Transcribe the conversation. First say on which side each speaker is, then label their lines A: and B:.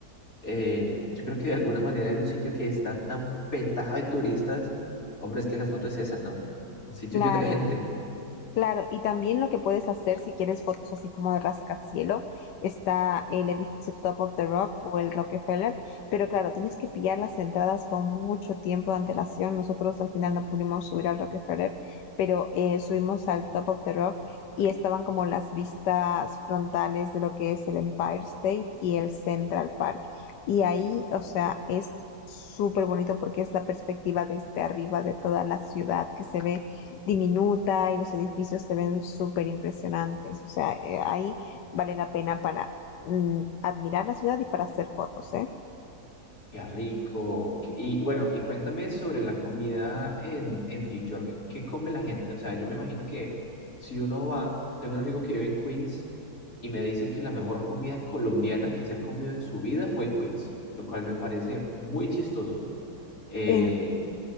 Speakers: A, on the left; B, on the left.
A: eh, yo creo que de alguna manera era un sitio que está tan petado de turistas. Hombre, es que la foto es esa, ¿no? Un sitio
B: Claro.
A: lleno de gente.
B: Claro, y también lo que puedes hacer si quieres fotos así como de rascacielo, está el edificio Top of the Rock o el Rockefeller, pero claro, tienes que pillar las entradas con mucho tiempo de antelación. Nosotros al final no pudimos subir al Rockefeller, pero eh, subimos al Top of the Rock y estaban como las vistas frontales de lo que es el Empire State y el Central Park. Y ahí, o sea, es súper bonito porque es la perspectiva desde arriba de toda la ciudad que se ve diminuta y los edificios se ven súper impresionantes. O sea, eh, ahí vale la pena para mm, admirar la ciudad y para hacer fotos, ¿eh?
A: Qué rico. Qué- Y bueno, y cuéntame sobre la comida en, en New York. ¿Qué come la gente? O sea, yo me imagino que si uno va, tengo un amigo que vive en Queens y me dice que la mejor comida colombiana que se ha comido en su vida fue en Queens, lo cual me parece muy chistoso. Eh,
B: En-